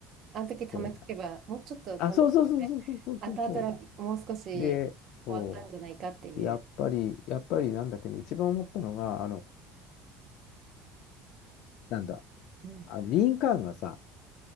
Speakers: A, on the right (about 35°); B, on the left (about 50°).
A: あの時貯めとけば、
B: そうなの。
A: もうちょっと貯めて、
B: あ、そうそうそうそうそうそうそうそ
A: 後々楽もう少し
B: う。で、そ
A: 変わったんじゃないかっていう。
B: う。で、やっぱり、やっぱりなんだっけね、一番思ったのが、あの、なんだ、
A: うん。
B: あのリンカーンがさ、